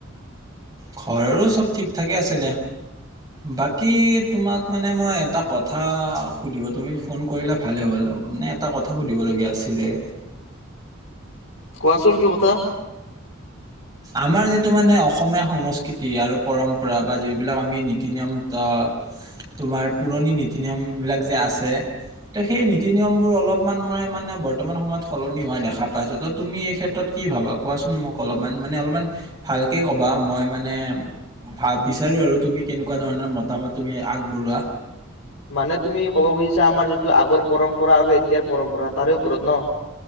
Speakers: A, on the right (about 20°); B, on the left (about 80°).
A: ঘৰৰো চব ঠিক ঠাকে আছে দে। বাকী তোমাক মানে মই এটা কথা সুধিব তুমি ফোন কৰিলা ভালে হ'ল। মানে এটা কথা সুধিবলগীয়া আ ছিলে
B: কোৱাচোন কি কথা।
A: আমাৰ যিটো মানে অসমীয়া সংস্কৃতি আৰু পৰম্পৰা বা যিবিলাক আমি নীতি-নিয়ম ত তোমাৰ পুৰণি নীতি-নিয়ম বিলাক যে আছে, ত সেই নীতি-নিয়ম বোৰ অলপমান মই মানে বৰ্তমান সময়ত সলনি হোৱা দেখা পাইছো। ত' তুমি এই ক্ষেত্ৰত কি ভাবা কোৱাচোন মোক অলপমান। মানে অলপমান ভালকে কবা। মই মানে ভা বিচাৰো আৰু তুমি কেনেকুৱা ধৰণৰ মতামত তুমি আগবঢ়োৱা।
B: মানে তুমি ক'ব খুজিছা আমাৰ যিটো আগৰ পৰম্পৰা আৰু এতিয়াৰ পৰম্পৰা তাৰে ওপৰত ন?